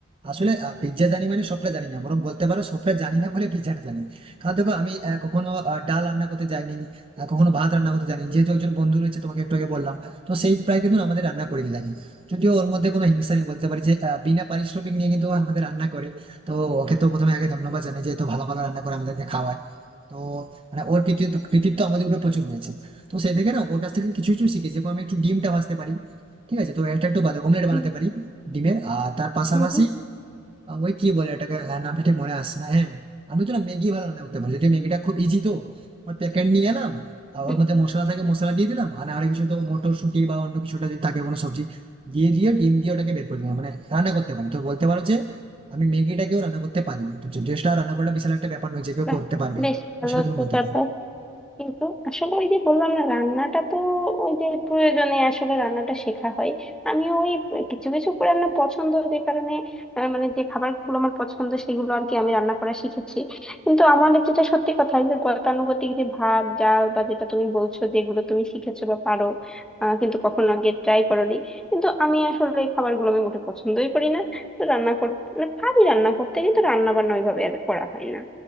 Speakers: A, on the right (about 25°); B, in the centre.
A: আসলে পিৎজা জানি মানে সবটা জানি না বরং বলতে পারো সবটা জানি না বলে পিৎজাটা জানি কারণ দেখো আমি আহ, কখনো আহ, ডাল রান্না করতে জানি আহ, কখনো ভাত রান্না করতে জানি যেহেতু একজন বন্ধু রয়েছে তোমাকে একটু আগে বললাম তো সেই প্রায় কিন্তু আমাদের রান্না করে দিয়ে থাকে যদিও ওর মধ্যে কোনো হিংসা নেই বলতে পারি যে আহ, বিনা পারিশ্রমিক নিয়ে কিন্তু ও আমাদের রান্না করে তো ওকে তো প্রথমে আগে ধন্যবাদ জানাই যে এত ভালো ভালো রান্না করে আমাদেরকে খাওয়ায় তো মানে ওর কৃতিত্ব কৃতিত্ব আমাদের উপরে প্রচুর রয়েছে তো সেই থেকে না ওর কাছ থেকে কিছু কিছু শিখেছি যেমন আমি একটু ডিমটা ভাজতে পারি ঠিক আছে তো এটা একটু অমলেট
B: হুম
A: বানাতে পারি ডিমের আর তার পাশাপাশি
B: হুম হুম
A: আহ, ওই কি বলে এটাকে হ্যাঁ, নামটা ঠিক মনে আসছে না হ্যাঁ আমি তো না ম্যাগি ভালো রান্না করতে পারি যদি ম্যাগিটা খুব ইজি তো ওর প্যাকেট নিয়ে এলাম আর
B: হুম,
A: ওর মধ্যে মশলা থাকে মশলা দিয়ে দিলাম আর আর কিছু তো মটরশুঁটি বা অন্য কিছুটা যদি থাকে কোনো সবজি দিয়ে দিয়ে ডিম দিয়ে ওটাকে বের করে দিলাম মানে রান্না করতে পারি তো বলতে পারো যে আমি ম্যাগিটাকেও রান্না করতে পারি তো ড্রেসটা রান্না করাটা বিশাল একটা ব্যাপার নয় যে কেউ
B: বাহ
A: করতে পারবে
B: বেশ
A: তো
B: ভালো
A: সেটা
B: একটা
A: তুমি বলতে
B: ব্যাপার
A: পারো
B: কিন্তু আসলে ওই যে বললাম না রান্নাটা তো ওই যে প্রয়োজনে আসলে রান্নাটা শেখা হয় আমি ওই কিছু কিছু রান্না পছন্দ যে কারণে আহ, মানে যে খাবারগুলো আমার পছন্দ সেগুলো আর কি আমি রান্না করা শিখেছি কিন্তু আমার যেটা সত্যি কথা যে গতানুগতিক যে ভাত ডাল বা যেটা তুমি বলছো যেগুলো তুমি শিখেছো বা পারো আহ, কিন্তু কখনো আগে ট্রাই করোনি কিন্তু আমি আসলে এই খাবারগুলো আমি মোটে পছন্দই করি না তো রান্না করতে মানে পারি রান্না করতে কিন্তু রান্না বান্না ওইভাবে আর করা হয় না